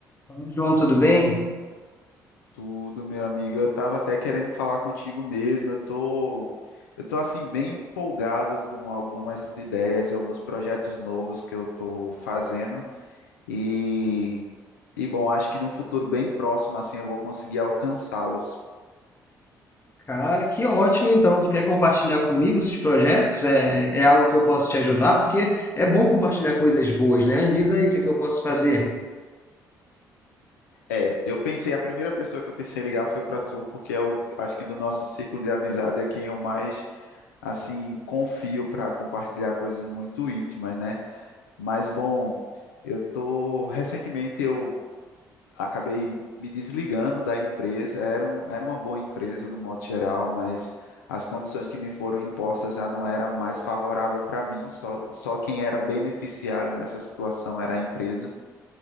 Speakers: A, on the left; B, on the left.
A: Fala, João, tudo bem?
B: Tudo, meu amigo. Eu tava até querendo falar contigo mesmo. Eu tô, eu tô assim bem empolgado com algumas ideias e alguns projetos novos que eu tô fazendo e e bom, acho que no futuro bem próximo assim eu vou conseguir alcançá-los.
A: Cara, que ótimo então. Tu quer compartilhar comigo esses projetos? É, é algo que eu posso te ajudar, porque é bom compartilhar coisas boas, né? Diz aí o que é que eu posso fazer.
B: É, eu pensei, a primeira pessoa que eu pensei em ligar foi para tu, porque eu acho que do nosso círculo de amizade é quem eu mais assim confio para compartilhar coisas muito íntimas, né? Mas bom, eu tô recentemente eu acabei me desligando da empresa. Era, um, era uma boa empresa no modo geral, mas as condições que me foram impostas já não eram mais favoráveis para mim. Só, só quem era beneficiário nessa situação era a empresa.